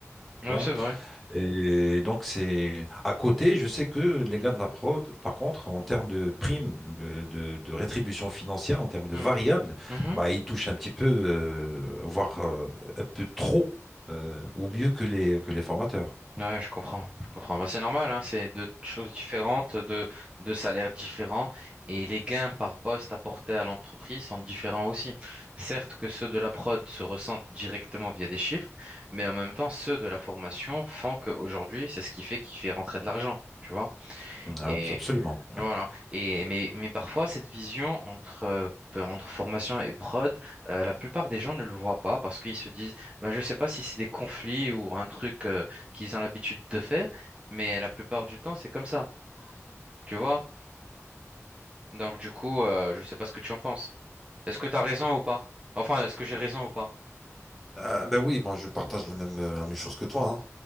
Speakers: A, in the centre; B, on the right.
A: tu
B: Ouais,
A: vois.
B: c'est vrai.
A: Et donc, c'est à côté, je sais que les gars de la prod, par contre, en termes de primes, de, de- de rétribution financière, en termes de
B: Mm.
A: variables,
B: Mhm.
A: bah, ils touchent un petit peu, euh, voire euh, un peu trop, euh, ou mieux que les, que les formateurs.
B: Ouais, je comprends, je comprends. Bah, c'est normal, hein, c'est deux choses différentes, deux, deux salaires différents, et les gains par poste apportés à l'entreprise sont différents aussi. Certes que ceux de la prod se ressentent directement via des chiffres, mais en même temps, ceux de la formation font qu'aujourd'hui, c'est ce qui fait qu'il fait rentrer de l'argent, tu vois.
A: Mmh, Abs-
B: Et
A: Absolument. ouais.
B: voilà. Et, mais, mais parfois, cette vision entre, euh, pe- entre formation et prod, euh, la plupart des gens ne le voient pas parce qu'ils se disent, ben, je ne sais pas si c'est des conflits ou un truc euh, qu'ils ont l'habitude de faire, mais la plupart du temps, c'est comme ça. Tu vois? Donc, du coup, euh, je ne sais pas ce que tu en penses. Est-ce que tu as raison ou pas? Enfin, est-ce que j'ai raison ou pas?
A: Euh, ben oui, moi je partage la même, euh, la même chose que toi.